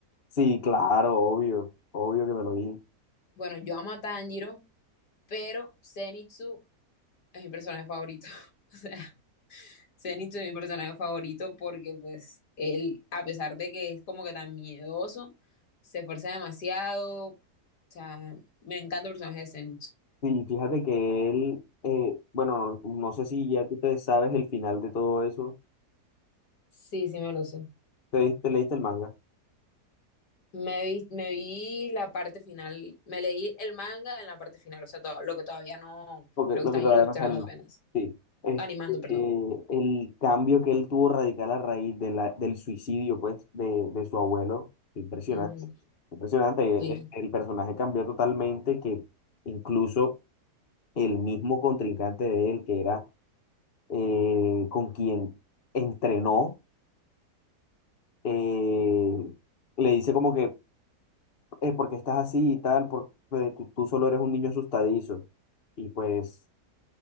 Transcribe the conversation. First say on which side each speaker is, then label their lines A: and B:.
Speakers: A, on the left; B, on the left.
A: Sí, claro, obvio, obvio que me lo dije.
B: Bueno, yo amo a Tanjiro, pero Zenitsu es mi personaje favorito. <laughs> O sea, Zenitsu es mi personaje favorito porque pues él, a pesar de que es como que tan miedoso, se esfuerza demasiado. O sea, me encanta el personaje de Zenitsu.
A: Sí, fíjate que él, eh, bueno, no sé si ya tú te sabes el final de todo eso.
B: Sí, sí, me lo sé.
A: ¿Te, diste- te leíste el manga?
B: Me vi, me vi la parte final, me leí el manga en la parte final, o sea, todo, lo que todavía no,
A: Porque
B: lo que
A: lo
B: están
A: que todavía
B: ilustrando
A: no se anima.
B: apenas,
A: Sí. Este,
B: animando, perdón.
A: eh, el cambio que él tuvo radical a raíz de la, del suicidio, pues, de, de su abuelo, fue impresionante.
B: Ujú,
A: Impresionante.
B: Sí.
A: eh, eh, El personaje cambió totalmente, que incluso el mismo contrincante de él, que era eh, con quien entrenó, eh, le dice como que eh, porque estás así y tal, porque tú, tú solo eres un niño asustadizo. Y pues